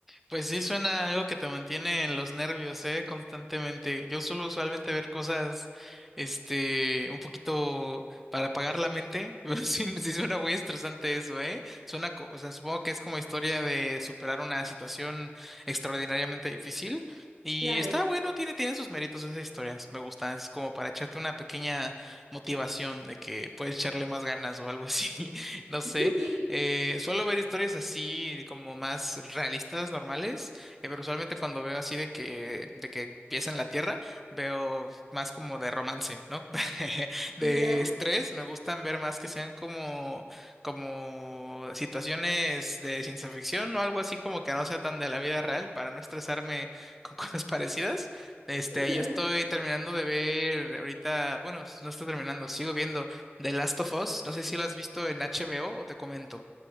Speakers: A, in the centre; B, on the right (about 85°).
A: Pues sí, suena algo que te mantiene en los nervios, ¿eh? Constantemente. Yo suelo usualmente ver cosas, este, un poquito para apagar la mente, <laughs> pero sí, sí suena muy estresante eso, ¿eh? Suena, co- o sea, supongo que es como historia de superar una situación extraordinariamente difícil. Y
B: Claro.
A: está bueno, tiene, tiene sus méritos esas historias, me gustan, es como para echarte una pequeña motivación de que puedes echarle más ganas o algo así, <laughs> no sé.
B: <laughs>
A: Eh, suelo ver historias así como más realistas, normales, eh, pero usualmente cuando veo así de que, de que empieza en la tierra, veo más como de romance, ¿no? <laughs> De
B: Ya.
A: estrés, me gustan ver más que sean como, como situaciones de ciencia ficción o algo así como que no sea tan de la vida real para no estresarme con <laughs> cosas parecidas. Este,
B: Claro.
A: yo estoy terminando de ver ahorita, bueno, no estoy terminando, sigo viendo. The Last of Us, no sé si lo has visto en HBO o o te comento.